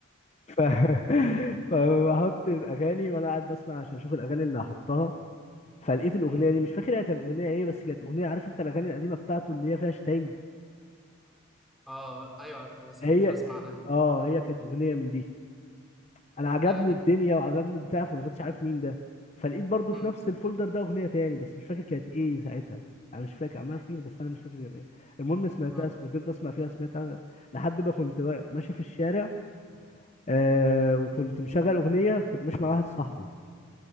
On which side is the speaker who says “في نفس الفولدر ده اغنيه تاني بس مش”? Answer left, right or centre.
Left